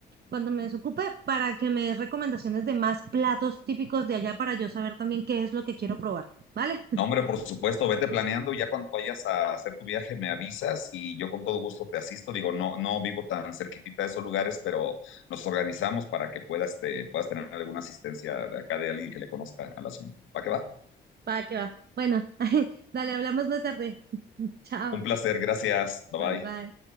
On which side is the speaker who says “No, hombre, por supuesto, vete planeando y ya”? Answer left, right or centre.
Left